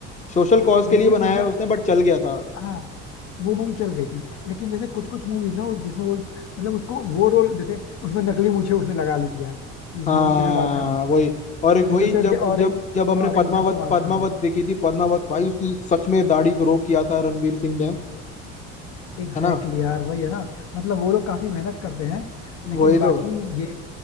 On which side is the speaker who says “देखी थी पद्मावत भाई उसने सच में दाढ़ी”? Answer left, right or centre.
Left